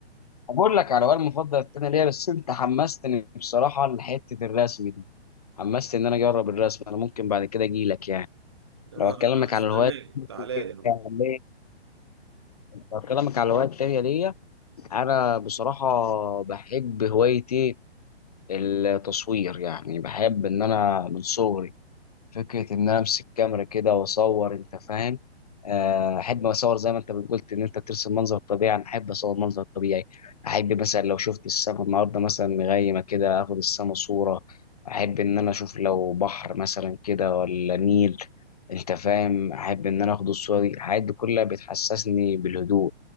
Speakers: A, on the left; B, on the right.
A: بقول لك على هو المفضل التاني ليا بس انت حمستني بصراحه لحته الرسم دي حمستني ان انا اجرب الرسم انا ممكن بعد كده اجي لك يعني
B: اه
A: لو اكلمك
B: أنا استناك
A: على الهوايات
B: تعالى لي
A: التانية- لو اكلمك على الهوايات التانية ليا انا بصراحه بحب هوايه ايه التصوير يعني بحب ان انا من صغري فكرة إن أنا أمسك كاميرا كده وأصور أنت فاهم آه، أحب أصور زي ما أنت قلت إن أنت ترسم منظر طبيعي أنا أحب أصور منظر طبيعي أحب مثلا لو شفت السما النهاردة مثلا مغيمة كده آخد السما صورة أحب إن أنا أشوف لو بحر مثلا كده ولا نيل أنت فاهم أحب إن أنا آخد الصورة دي الحاجات دي كلها بتحسسني بالهدوء